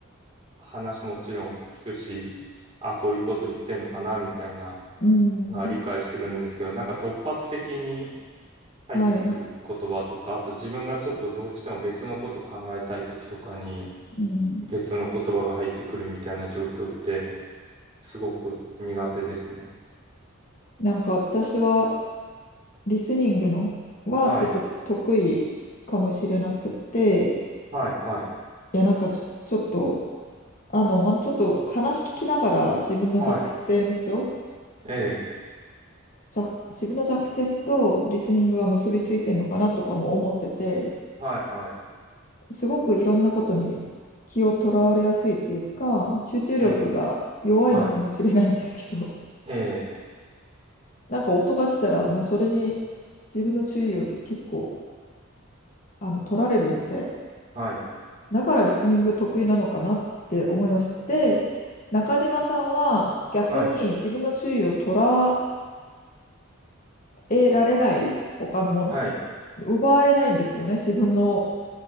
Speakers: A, on the right (about 30°); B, on the left (about 40°).
A: 話もちろん聞くし、あ、こういうこと言ってんのかな、みたいな
B: うん。
A: のは理解するんですけど、なんか突発的に、入ってくる言葉とか、
B: はい。
A: あと自分がちょっとどうしても別のこと考えたい時とかに
B: うん。
A: 別の言葉が入ってくるみたいな状況ってすごく苦手ですね。
B: なんか私は、リスニングのはちょっと得意かもしれなくて、
A: はい。はい。はい。
B: いや、なんかちょちょっと、あの、ま、ちょっと話聞きながら自分の弱点と、
A: はい。ええ。
B: 弱自分の弱点とリスニングが結びついてるのかなとかも思ってて、
A: はい。はい。
B: すごくいろんなことに気をとらわれやすいっていうか、集中力が弱いのかもしれないんですけど、
A: うん。はい。ええ。
B: <laughs> なんか音がしたらもうそれに自分の注意をじ結構、あの、取られるので、
A: はい。
B: だからリスニング得意なのかなって思いました。で、中島さんは逆に自分の注意を捉
A: はい。
B: えられない、他のものに。
A: はい。
B: 奪われないんですよね、自分の